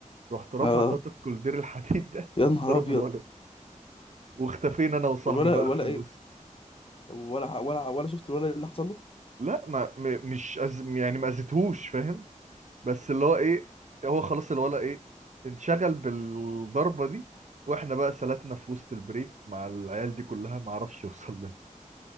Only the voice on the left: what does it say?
اه
يا نهار
ابيض
الولا
ولا
ايه
طب ولا ولا ولا شفت الولا اللي حصل له